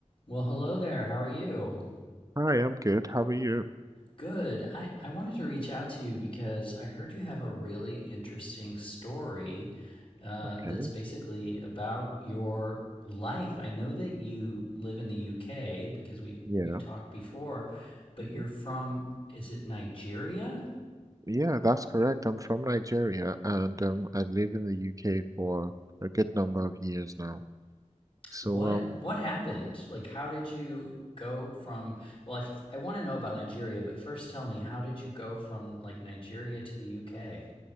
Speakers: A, on the left; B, on the right.
A: Well, hello there. How are you?
B: Hi, I'm good. How are you?
A: Good. I, I wanted to reach out to you because I heard you have a really interesting story uh,
B: Okay.
A: that's basically about your life. I know that you live in the UK because we've
B: Yeah.
A: we've talked before, but
B: hmm
A: you're from, is it Nigeria?
B: Yeah, that's correct. I'm from Nigeria and um, I've lived in the UK for a good number of years now. So,
A: What
B: um,
A: what happened? Like, how did you go from, well, I, f- I want to know about Nigeria, but first tell me, how did you go from like Nigeria to the UK?